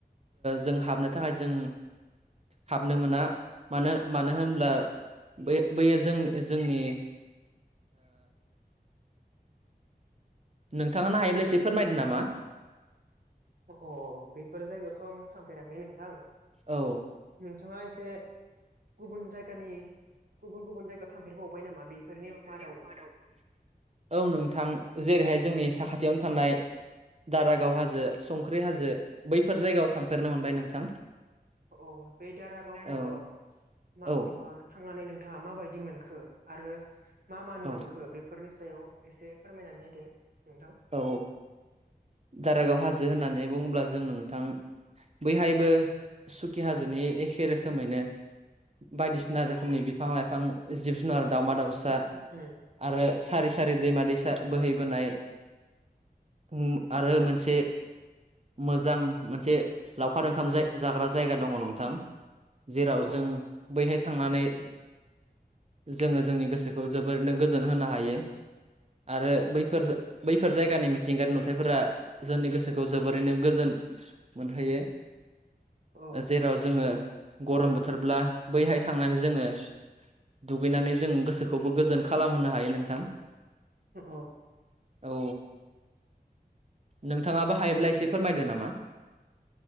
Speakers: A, on the right (about 40°); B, on the right (about 65°).
A: जों हाबनो थाखाय जों
B: <inaudible>
A: हाबनो मोना मानो मानो होनब्ला बे बैयो जोंनि <inaudible> नोंथाङानो हायोब्ला एसे फोरमायदों नामा?
B: अ बेफोर जायगायावथ' आं थांफेराखै नोंथां
A: औ
B: नोंथांआ एसे गुबुन जायगा जायगानि गुबुन गुबुन जायगायाव थांफेरबावबाय नामा? बेफोरनि
A: बेफोर
B: मादावबो
A: नि‌ मादाव औ नोंथां जेरैहाय जोंनि साखाथि खाथिआवनो थानाय दारागाव हाजो हुमखि हाजो बैफोर जायगायाव थांफेरनो मोनबाय नोंथां
B: अ बे दारागाव हाजोआव
A: औ
B: मा
A: औ
B: थांनानै नों नोंथांआ माबायदि मोनखो आरो मा मा नुबोखो
A: औ
B: बेफोरनि सायाव एसे फोरमायनानै होदो नोंथां
A: औ दारागाव हाजो होननानै बुङोब्ला जों नोंथां बैहायबो सुखि हाजो नि एखे रोखोमैनो बायदिसिना रोखोमनि बिफां लाइफां जिब जुनार दाउमा दाउसा सा
B: उम
A: आरो
B: उम
A: सारि सारि दैमा दैसा बोहैबोनाय उम आरो मोनसे मोजां मोनसे लावखार ओंखाम जाग्रा ओ जायगा दं नोंथां जेराव
B: औ
A: जों बैहाय थांनानै
B: <inaudible>
A: जोङो जोंनि गोसोखौ जोबोरैनो गोजोन होनो हायो। आरो बैफोर बैफोर जायगानि मिथिंगारि नुथायफोरा जोंनि गोसोखौ जोबोरैनो गोजोन मोनहोयो।
B: औ
A: जेराव जोंङो गरम बोथोरब्ला बैहाय थांनानै जोङो दुगैनानै जों गोसोखौबो गोजोन खालामहोनो हायो नोंथां।
B: अ।
A: औ। नोंथाङाबो हायोब्ला एसे फोरमायदो नामा?